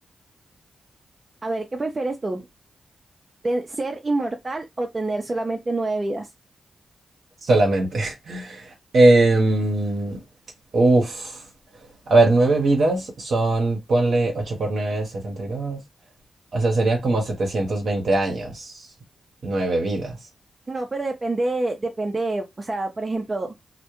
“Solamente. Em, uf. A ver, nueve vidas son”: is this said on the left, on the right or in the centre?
Right